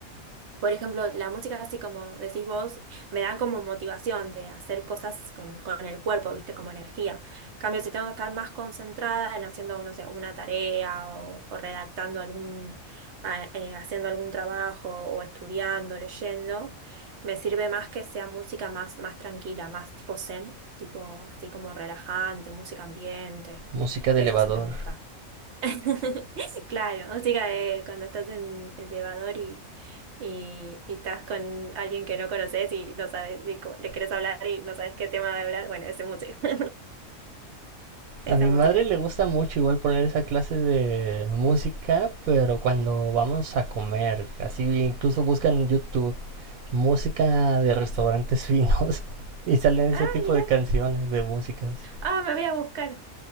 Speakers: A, on the right (about 65°); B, on the right (about 80°).
A: por ejemplo, la música, así como decís vos, me da como motivación de hacer cosas con, con el cuerpo, ¿viste? Como energía. En cambio, si tengo que estar más concentrada en haciendo, no sé, una tarea o, o redactando algún, a- eh, haciendo algún trabajo o estudiando, leyendo, me sirve más que sea música más, más tranquila, más tipo zen, tipo así como relajante, música ambiente.
B: música de
A: Eso
B: elevador.
A: sí me gusta. <laughs> Claro, música de cuando estás en el elevador y, y, y estás con alguien que no conoces y no sabes, y co- le querés hablar y no sabes qué tema de hablar. Bueno, esa música. <laughs> Esa
B: A mi
A: música.
B: madre le gusta mucho igual poner esa clase de música, pero cuando vamos a comer, así incluso buscan en YouTube música de restaurantes finos <laughs> y salen ese
A: Ah,
B: tipo
A: mira.
B: de canciones, de músicas.
A: Ah, me voy a buscar.